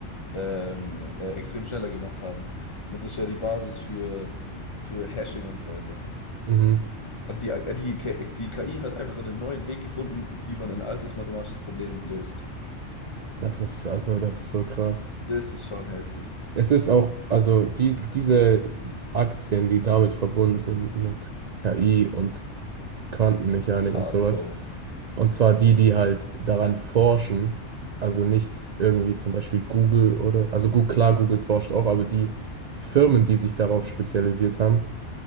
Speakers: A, on the left; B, on the right.
A: ähm, äh, extrem schneller gemacht haben. Und das ist ja die Basis für, für Hashing und so weiter.
B: mhm,
A: Also die, äh, die, K- die KI hat einfach einen neuen Weg gefunden, wie man ein altes mathematisches Problem löst.
B: das ist also, das ist so krass.
A: Das ist schon heftig.
B: Es ist auch, also die, diese Aktien, die damit verbunden sind mit KI und Quantenmechanik
A: Hardcore.
B: und sowas, und zwar die, die halt daran forschen, also nicht irgendwie zum Beispiel Google oder, also gut, klar, Google forscht auch, aber die Firmen, die sich darauf spezialisiert haben,